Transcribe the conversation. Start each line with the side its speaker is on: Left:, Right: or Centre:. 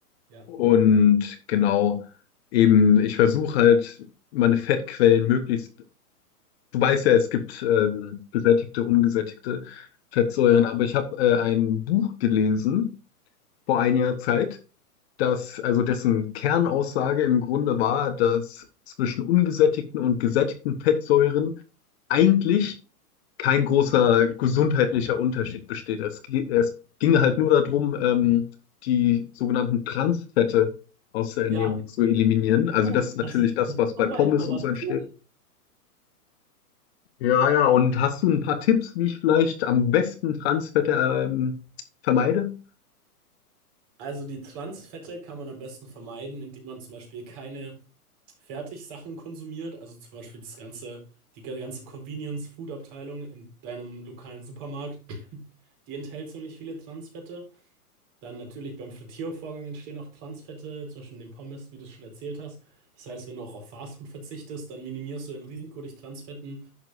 Right: Ja,
Left: Und genau, eben, ich versuche halt meine Fettquellen möglichst, du weißt ja, es gibt ähm, gesättigte, ungesättigte Fettsäuren,
Right: genau.
Left: aber ich habe äh, ein Buch gelesen vor einiger Zeit dass, also dessen Kernaussage im Grunde war, dass zwischen ungesättigten und gesättigten Fettsäuren eigentlich kein großer gesundheitlicher Unterschied besteht. Es, ge- es ging halt nur darum, ähm, die sogenannten Transfette aus der Ernährung
Right: Ja,
Left: zu eliminieren. Also
Right: Du,
Left: das ist
Right: das
Left: natürlich
Right: ist
Left: das,
Right: das ist
Left: was
Right: super
Left: bei Pommes
Right: Information.
Left: und so entsteht. Ja, ja, und hast du ein paar Tipps, wie ich vielleicht am besten Transfette ähm, vermeide?
Right: Also die Transfette kann man am besten vermeiden, indem man zum Beispiel keine Fertigsachen konsumiert. Also zum Beispiel das ganze, die ganzen Convenience-Food-Abteilungen in deinem lokalen Supermarkt, <clears throat> die enthält ziemlich viele Transfette. Dann natürlich beim Frittiervorgang entstehen auch Transfette, zum Beispiel in den Pommes, wie du es schon erzählt hast. Das heißt, wenn du auch auf Fastfood verzichtest, dann minimierst du dein Risiko, dich Transfetten